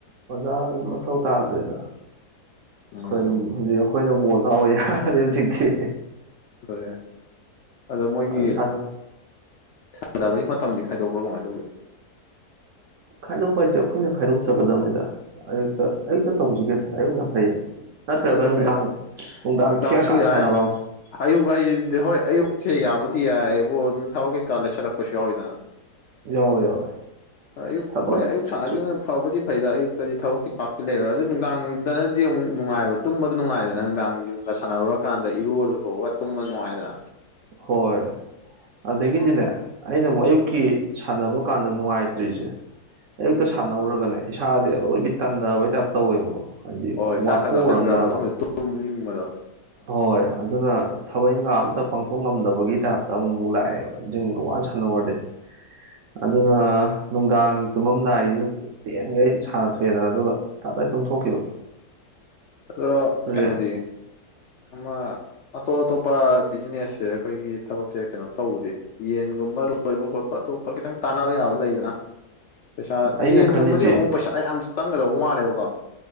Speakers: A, on the right; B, on the left.
A: ꯑꯣꯖꯥꯒꯤ ꯃꯊꯧ ꯇꯥꯗ꯭ꯔꯦꯗ
B: ꯎꯝ
A: ꯑꯩꯈꯣꯏ ꯑꯗꯨꯝ ꯍꯧꯖꯤꯛ ꯑꯩꯈꯣꯏꯅ ꯕꯣ ꯆꯥꯎꯕ ꯌꯥꯔꯔꯦ ꯍꯧꯖꯤꯛꯇꯤ
B: ꯑꯣꯏ ꯑꯗꯣ ꯃꯣꯏꯒꯤ
A: ꯐꯖꯅ ꯁꯥꯟꯅ
B: ꯁꯥꯟꯅꯕꯒꯤ ꯃꯇꯝꯗꯤ ꯈꯥꯏꯗꯣꯛꯄ꯭ꯔꯣ ꯀꯃꯥꯏꯅ ꯇꯧꯒꯦ
A: ꯈꯥꯏꯗꯣꯛꯄ ꯍꯥꯏꯁꯦ ꯑꯩꯈꯣꯏꯅ ꯈꯥꯏꯗꯣꯛꯆꯒꯗꯕꯅꯤꯗ ꯑꯌꯨꯛꯇ ꯑꯌꯨꯛꯇ ꯇꯧꯁꯤꯒꯦꯅ ꯑꯌꯨꯛꯅ ꯐꯩ ꯅꯠꯇ꯭ꯔꯒ
B: ꯑꯌꯨꯛꯅ
A: ꯅꯨꯡꯗꯥꯡ
B: ꯐꯩ
A: ꯅꯨꯡꯗꯥꯡ
B: ꯅꯨꯡꯗꯥꯡꯁꯨ
A: ꯊꯦꯛꯑꯀꯥꯟ
B: ꯌꯥꯏ
A: ꯁꯥꯟꯅꯕ ꯑꯃ
B: ꯑꯌꯨꯛ ꯍꯥꯏꯁꯤꯗꯤ ꯍꯣꯏ ꯑꯌꯨꯛꯁꯦ ꯌꯥꯕꯗꯤ ꯌꯥꯏꯕꯨ ꯑꯗꯨꯝ ꯊꯕꯛ ꯀꯩꯀꯥ ꯂꯩꯁꯜꯂꯛꯄꯁꯨ ꯌꯥꯎꯋꯤꯗꯅ
A: ꯌꯥꯎꯋꯦ ꯌꯥꯎꯋꯦ
B: ꯑ ꯑꯌꯨꯛ
A: ꯊꯕꯛꯁꯨ
B: ꯍꯣꯏ ꯑꯌꯨꯛ ꯁꯥꯟꯅꯈꯤꯕ ꯑꯗꯨꯝ ꯐꯕꯨꯗꯤ ꯐꯩꯗ ꯑꯌꯨꯛꯇꯗꯤ ꯊꯕꯛꯇꯤ ꯄꯥꯛꯇꯤ ꯂꯩꯔꯣꯏ ꯑꯗꯨꯗꯣ ꯅꯨꯡꯗꯥꯡꯗꯅꯗꯤꯉ ꯅꯨꯡꯉꯥꯏꯕ ꯇꯨꯝꯕꯗ ꯅꯨꯡꯉꯥꯏꯗꯅ ꯅꯨꯡꯗꯥꯡ ꯌꯨꯝꯒ ꯁꯥꯟꯅꯔꯨꯔꯀꯥꯟꯗ ꯏꯔꯨ ꯂꯨꯊꯣꯛꯑꯒ ꯇꯨꯝꯕ ꯅꯨꯡꯉꯥꯏꯗꯅ
A: ꯍꯣꯏ ꯑꯗꯒꯤꯗꯤꯅꯦ ꯑꯩꯅ ꯑꯃꯨꯛ ꯑꯌꯨꯛꯀꯤ ꯁꯥꯟꯅꯕ ꯀꯥꯟꯗ ꯅꯨꯡꯉꯥꯏꯇ꯭ꯔꯤꯁꯦ ꯑꯌꯨꯛꯇ
B: ꯎꯝ
A: ꯁꯥꯟꯅꯧꯔꯒꯅꯦ ꯏꯁꯥꯁꯦ ꯂꯔꯣꯏꯕꯤ ꯇꯟꯊꯕꯩ ꯇꯥꯏꯞ ꯇꯧꯋꯦꯕꯀꯣ ꯍꯥꯏꯗꯤ
B: ꯍꯣꯏ ꯆꯥꯛꯀ
A: ꯋꯥꯊꯣꯛꯎꯔꯝꯅꯕ
B: ꯆꯥꯁꯟꯈ꯭ꯔ ꯃꯇꯨꯡꯗ ꯇꯨꯝꯅꯤꯡꯕꯗꯣ
A: ꯍꯣꯏ ꯑꯗꯨꯅ ꯊꯕꯛ ꯏꯪꯈꯥꯡ ꯑꯝꯇ ꯄꯥꯡꯊꯣꯛ ꯉꯝꯗꯕꯒꯤ ꯇꯥꯏꯞꯇ ꯑꯃꯃꯨꯛ ꯂꯥꯛꯑꯦꯕ ꯖꯤꯝꯒ ꯋꯥꯟ ꯁꯥꯟꯋꯥꯔꯗꯤ ꯑꯗꯨꯅ
B: ꯎꯝ
A: ꯅꯨꯡꯗꯥꯡ ꯇꯨꯝꯃꯝꯗꯥꯏꯁꯤꯗ ꯄꯦꯟꯉꯦ ꯑꯩ ꯁꯥꯟꯅ ꯊꯣꯛꯣꯏꯑꯗꯅ ꯑꯗꯨꯒ ꯇꯞ ꯇ ꯇꯨꯝꯊꯣꯛꯈꯤꯕ
B: ꯑꯗꯣ
A: ꯑꯗꯨꯗꯤ
B: ꯀꯩꯅꯣꯗꯤ ꯑꯃꯃ ꯑꯇꯣꯞ ꯑꯇꯣꯞꯄ ꯕꯤꯖꯤꯅꯦꯁꯁꯦ ꯑꯩꯈꯣꯏꯒꯤ ꯊꯕꯛꯁꯦ ꯀꯩꯅꯣ ꯇꯧꯕꯗꯤ ꯌꯦꯟꯒꯨꯝꯕ ꯂꯣꯏꯕ ꯈꯣꯠꯄ ꯑꯇꯣꯞꯄ ꯈꯤꯇꯪ ꯇꯥꯟꯅꯕ ꯌꯥꯕ ꯂꯩꯗꯅ ꯄꯩꯁꯥ
A: ꯑꯩꯅ
B: ꯌꯦꯟꯒꯨꯝꯕꯗꯤ
A: ꯈꯜꯂꯤꯁꯦ
B: ꯑꯃꯨꯛ ꯄꯩꯁꯥ ꯌꯥꯝ ꯆꯪꯒꯗꯧꯕ ꯃꯥꯜꯂꯦꯕꯀꯣ